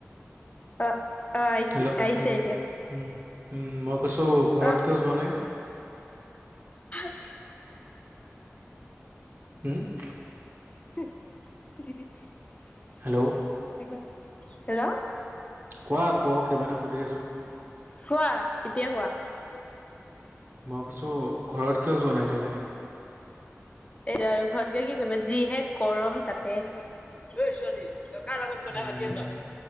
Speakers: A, on the left (about 30°); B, on the right (about 45°).
A: অ অ আহিছে
B: হেল্ল'
A: আহিছে
B: উম।
A: এতিয়া
B: উম, উম মই কৈছো ঘৰত
A: অ
B: কিয় যোৱা নাই?
A: হয়।
B: উম,। <unintelligible>
A: <unintelligible>
B: হেল্ল'অ।
A: কিবা হেল্ল'অ।
B: কোৱা আকৌ, কিবা এটা সুধি আছোঁ।
A: কোৱা, এতিয়া কোৱা।
B: মই কৈছো, ঘৰত কিয় যোৱা নাই এতিয়ালৈকে?
A: এইয়া আৰু ঘৰত গৈ কি কৰিবা। যিহে গৰম তাতে। অ' ছোৱালী। তই ‌কাৰ লগত কথা
B: উম
A: পাতি আছ।